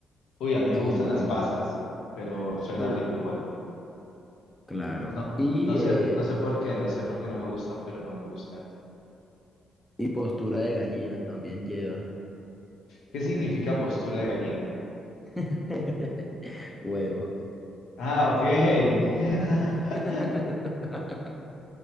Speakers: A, on the left (about 80°); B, in the centre.
A: Uy, a mí no
B: que
A: me gustan
B: de
A: las
B: verdad
A: pasas, pero suena
B: te gustan.
A: rico igual.
B: Claro.
A: No,
B: Y,
A: no sé,
B: eh,
A: no
B: pos-
A: sé por qué, no sé por qué no me gustan, pero no me gustan.
B: y postura de gallina también lleva.
A: ¿Qué significa postura de gallina?
B: <laughs> Huevo.
A: Ah, ok. <laughs>
B: <laughs>